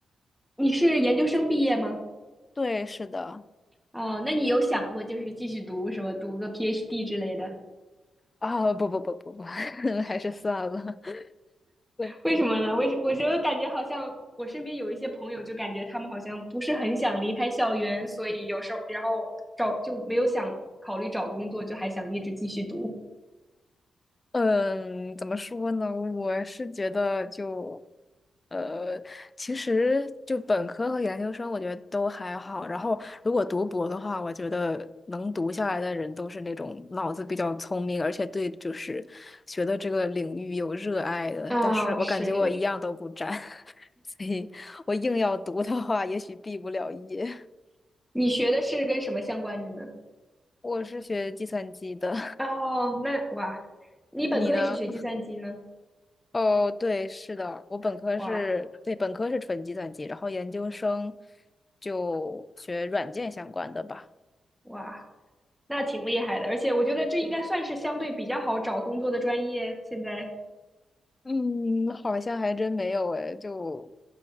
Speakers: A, in the centre; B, on the left.
A: 你是研究生毕业吗？
B: 对，是的。
A: 哦，那你有想过就是继续读什么，读个 PhD 之类的？
B: 啊，不不不不不，<laughs> 还是算了。我
A: 为什么呢？为什我觉得感觉好像我身边有一些朋友，就感觉他们好像不是很想离开校园，所以有时候然后找就没有想考虑找工作，就还想一直继续读。
B: 嗯，怎么说呢？我是觉得就，呃，其实就本科和研究生，我觉得都还好。然后如果读博的话，我觉得能读下来的人都是那种脑子比较聪明，而且对就是学的这个领域有热爱的。
A: 啊、
B: 但是我感觉我一样都不沾，
A: 是是是，
B: <laughs> 所以我硬要读的话，也许毕不了业。
A: 你学的是跟什么相关的呢？
B: 我是学计算机的。
A: 哦，那哇，你本科也是学计算机呢？
B: 你呢？哦，对，是的，我本科是，
A: 哇，
B: 对，本科是纯计算机，然后研究生就学软件相关的吧。
A: 哇，那挺厉害的，而且我觉得这应该算是相对比较好找工作的专业。现在，
B: 嗯，好像还真没有诶，就